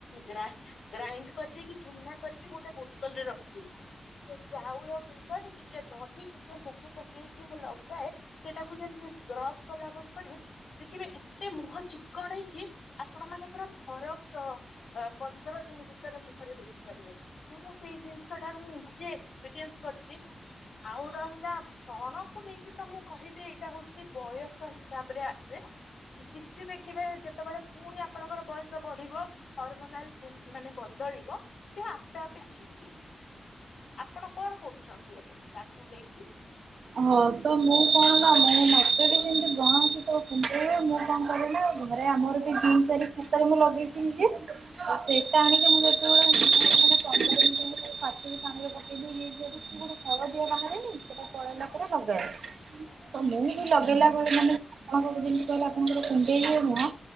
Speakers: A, on the left; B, on the right.
A: ଗ୍ରା ଗ୍ରାଇଣ୍ଡ କରିଦେଇକି ଚୁନା କରିକି ଗୋଟେ ବୋତଲରେ ରଖିଦେଇଛି। ସେ ଚାଉଳ ଗୁଣ୍ଡରେ ଟିକେ ଦହି ଟିକେ ମୁଗ ପକେଇକି ମୁଁ ଲଗାଏ ସେଇଟାକୁ ଯେମତି ସ୍କ୍ରବ କଲା ଭଳି କରିବେ ଦେଖିବେ ଏତେ ମୁହଁ ଚିକଣେଇକି ଆପଣମାନେ ପୁରା ଫରକ ଅ ପନ ପନ୍ଦର ଦିନ ଭିତରେ ମୁହଁରେ ଦେଖିପାରିବେ। ମୁଁ ସେଇ ଜିନିଷଟା କୁ ମୁଁ ନିଜେ ଏକ୍ସପିରିଏନ୍ସ କରିଛି ଆଉ ରହିଲା ବ୍ରଣକୁ ନେଇକି ତ ମୁଁ କହିବି ଏଇଟା ହଉଛି ବୟସ ହିସାବରେ ଆସେ। ଯେ କିଛି ଦେଖିବେ ଯେତେବେଳେ ପୁଣି ଆପଣଙ୍କର ବୟସ ବଢିବ ହରମୋନାଲ ଯେ ମାନେ ବଦଳିବ ସେ ଆପେ ଆପେ ଠିକ କି ଆପଣ କଣ କରୁଛନ୍ତି ଏବେ ତାକୁ ନେଇକି?
B: ହଁ ତ ମୁଁ କଣ ନା ମୁଁ ମୋତେ ବି ସେମିତି ବ୍ରଣ ଯେତେବେଳେ କୁଣ୍ଡେଇ ହୁଏ ମୁଁ କଣ କରେ ନା ଥରେ ଆମର ସେଇ ଗ୍ରୀନ କଲର୍ ଖାତାରେ ମୁଁ ଲଗେଇଥିଲି ଯେ ଆଉ ସେଇଟା ଆଣିକି ମୁଁ ଯେତେବେଳେ ମୁହଁରେ ମାନେ ପନ୍ଦର ମିନିଟ ଏମତି ସବୁ ଛାଟିକି ପାଣିରେ ପକେଇ <unintelligible> ଇଏ ଜରି ଭିତରୁ ଗୋଟେ ହଳଦିଆ ବାହାରେନି ସେଟା ପଳେଇଲା ପରେ ଲଗାଏ ତ ମୁଁ ବି ଲଗେଇଲା
A: ହୁଁ ହୁଁ।
B: ବେଳେ ମାନେ ଆପଣ ତ ଯେମିତି କହିଲେ ଆପଣଙ୍କର କୁଣ୍ଡେଇ ହୁଏ ନୁହଁ